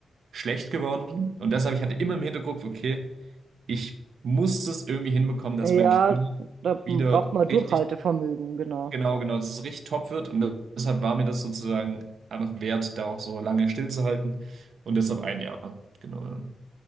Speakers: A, on the right; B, on the right.
A: schlecht geworden. Und deshalb, ich hatte immer im Hinterkopf, okay, ich muss es irgendwie hinbekommen, dass
B: Ja,
A: mein Knie
B: da
A: wieder
B: braucht man Durchhaltevermögen,
A: richtig,
B: genau.
A: genau, genau, dass es richtig top wird. Und deshalb war mir das sozusagen einfach wert, da auch so lange stillzuhalten. Und deshalb ein Jahr, genau. ja.